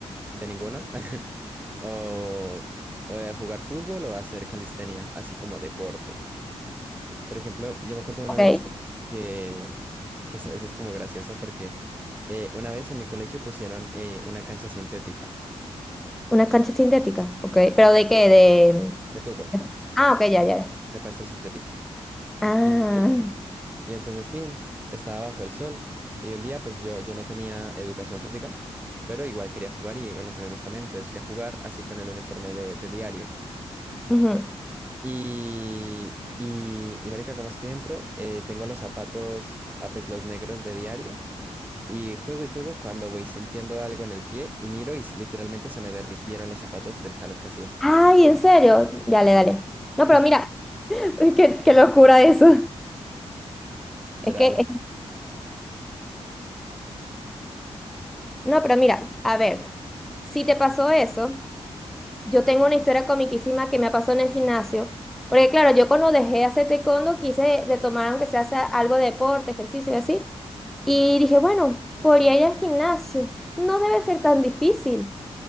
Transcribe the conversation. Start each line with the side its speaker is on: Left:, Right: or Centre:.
Right: de ninguno. <laughs> O, o de jugar fútbol o hacer calistenia, así como deporte. Por ejemplo, yo me acuerdo de una
Centre: Ok,
Right: vez que, que eso, eso es como gracioso porque eh, una vez en mi colegio pusieron eh, una cancha sintética,
Centre: una cancha sintética, ok,
Right: sí,
Centre: pero ¿de qué?
Right: de fútbol,
Centre: De... Ah, ok, ya, ya, ya.
Right: de pasto sintético.
Centre: Ah,
Right: Y, y- y entonces, Tim estaba bajo el sol y un día pues yo, yo no tenía educación física, pero igual quería jugar y unos amigos también, entonces fui a jugar así con el uniforme de, de diario.
Centre: <clears throat> ujú.
Right: Y, y, y marica, ¿cómo es que entro? Eh, tengo los zapatos, ah, pues los negros de diario Y juego y juego cuando voy sintiendo algo en el pie y miro y s- literalmente se me derritieron los zapatos del calor que hacía.
Centre: Ay, ¿en serio? Dale, dale. No,
Right: Sí,
Centre: pero mira, <laughs> qué, qué locura eso.
Right: literal.
Centre: Es que, es- no, pero mira, a ver, si te pasó eso, yo tengo una historia comiquísima que me pasó en el gimnasio, porque claro, yo cuando dejé de hacer taekwondo quise retomar aunque sea hacer algo de deporte, ejercicio y así, Y dije, bueno, podría ir al gimnasio. No debe ser tan difícil.